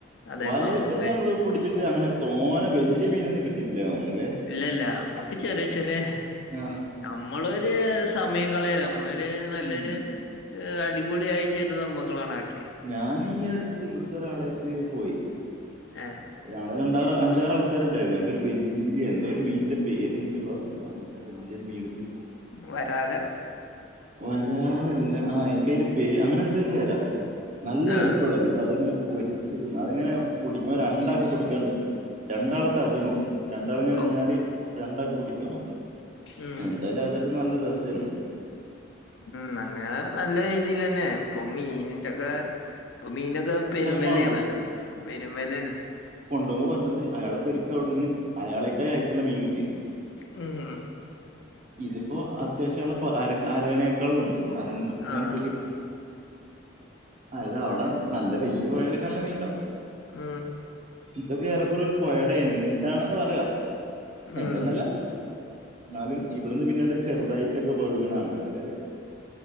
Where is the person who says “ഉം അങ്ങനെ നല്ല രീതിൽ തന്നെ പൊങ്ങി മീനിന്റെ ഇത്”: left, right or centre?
Left